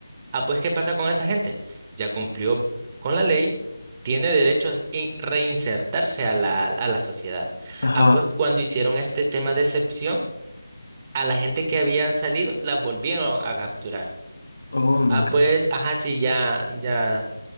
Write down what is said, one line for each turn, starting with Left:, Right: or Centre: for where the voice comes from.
Right: Ah, pues, ¿qué pasa con esa gente? Ya cumplió con la ley, tiene derecho a in- reinsertarse a la, a la sociedad.
Left: Ajá.
Right: Ah, pues, cuando hicieron este tema de excepción, a la gente que habían salido, la volvieron a capturar.
Left: Oh my
Right: Ah,
Left: gosh.
Right: pues, ajá, sí, ya, ya.